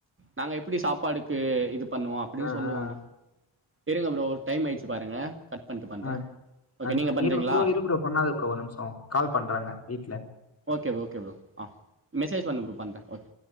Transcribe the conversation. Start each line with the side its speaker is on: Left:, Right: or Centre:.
Right: நாங்க எப்டி சாப்பாடுக்கு இது பண்ணுவோ அப்டின்
Left: ஆ,
Right: சொல்லுவாங்க
Left: ஆ, ஆ.
Right: செரிங்க ப்ரோ டைம் ஆய்ச்சு பாருங்க கட் பண்ணிட்டு பண்ணுறேன்
Left: ஆ
Right: ஓகே
Left: ஆ
Right: நீங்கள் பண்ணுறீங்களா
Left: இரு ப்ரோ இரு ப்ரோ பண்ணாத ப்ரோ ஒர் நிம்ஷோ கால் பண்றாங்க வீட்ல
Right: ஓகே ஓகே ப்ரோ ஆ மெசேஜ் பண்ணு ப்ரோ பண்ற ஓகே